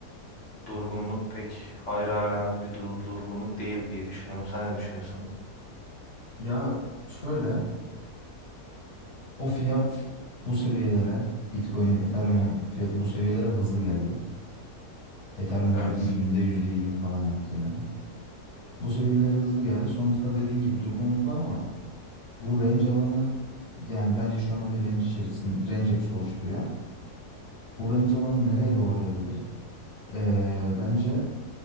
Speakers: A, on the left; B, on the left.
A: Durgunluk pek hayra alamet bir dur- durgunluk değil diye düşünüyorum. Sen ne düşünüyorsun?
B: Ya şöyle, o fiyat bu seviyelere, Bitcoin'in, Ethereum'un fiyatı bu seviyelere hızlı geldi. Ethereum
A: Evet.
B: böyle bir günde %20 falan yaptı yani. Bu seviyelere hızlı geldi. Sonrasında dediğin gibi durgunluk var ama bu range alanı yani bence şu anda bir range içerisinde range yapısı oluşturuyor. Bu range alanı nereye doğru evrilir? Eee, bence